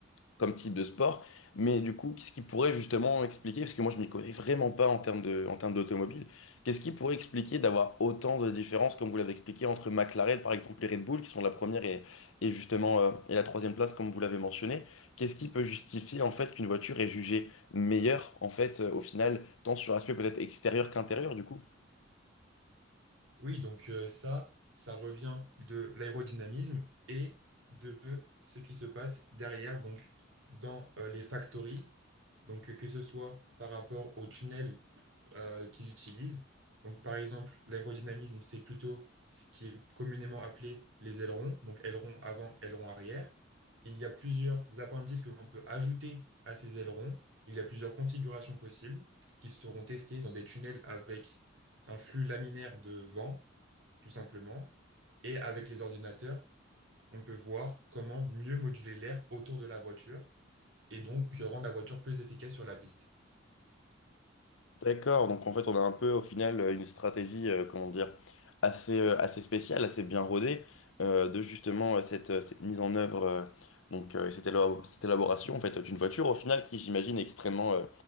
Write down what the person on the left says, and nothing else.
comme type de sport. Mais du coup, qu'est-ce qui pourrait justement expliquer, parce que moi je m'y connais vraiment pas en termes de, en termes d'automobile, qu'est-ce qui pourrait expliquer d'avoir autant de différences, comme vous l'avez expliqué, entre McLaren par exemple et Red Bull, qui sont la première et, et justement euh, et la troisième place, comme vous l'avez mentionné, qu'est-ce qui peut justifier en fait qu'une voiture est jugée meilleure en fait euh, au final, tant sur l'aspect peut-être extérieur qu'intérieur du coup?
D'accord, donc en fait on a un peu au final euh, une stratégie, euh, comment dire, assez, euh, assez spéciale, assez bien rodée euh, de justement euh, cette, euh, cette mise en œuvre, euh, donc euh, cette élabo- cette élaboration en fait d'une voiture au final qui j'imagine est extrêmement euh,